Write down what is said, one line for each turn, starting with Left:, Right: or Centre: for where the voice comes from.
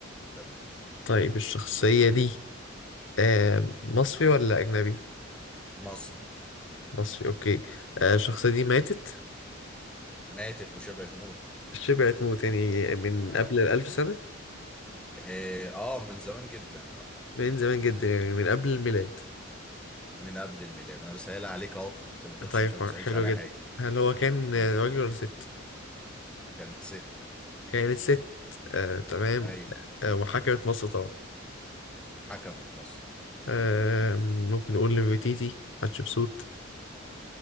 Centre: تمام
Left: طيب الشخصية دي آه. مصري ولا أجنبي؟
Centre: مصري
Left: مصري أوكي آه. الشخصية دي ماتت
Centre: ماتت وشبعت موت
Left: شبعت موت يعني من
Centre: اه
Left: قبل الألف سنة
Centre: آه، آه، من زمان جدا اه
Left: من زمان جدا يعني من قبل الميلاد
Centre: من قبل الميلاد انا بسهلها عليك اهو عشان ما تقولش
Left: طيب
Centre: انت ما بتسهلش
Left: حلو
Centre: عليها
Left: جدا
Centre: حاجة
Left: هل هو كان
Centre: مم.
Left: راجل ولا ست؟
Centre: كانت ست
Left: كانت ست آه، تمام
Centre: ايوه
Left: آه، وحكمت مصر طبعا
Centre: حكمت مصر
Left: آه، ممكن نقول نفرتيتي حتشبسوت